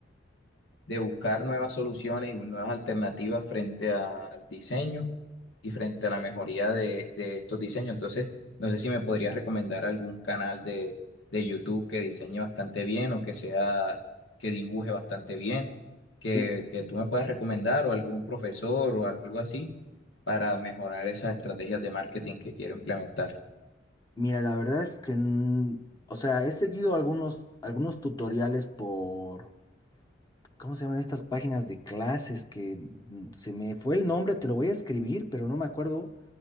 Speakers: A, on the left; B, on the left.
A: de buscar nuevas soluciones y nuevas alternativas frente al diseño y frente a la mejoría de, de estos diseños. Entonces, no sé si me podrías recomendar algún canal de, de YouTube que diseñe bastante bien o que sea, que dibuje bastante bien, que,
B: Uh,
A: que tú me puedas recomendar o algún profesor o algo así para mejorar esas estrategias de marketing que quiero implementar.
B: Mira, la verdad es que, n- o sea, he seguido algunos, algunos tutoriales por, ¿cómo se llaman estas páginas de clases? Que mm, se me fue el nombre, te lo voy a escribir, pero no me acuerdo.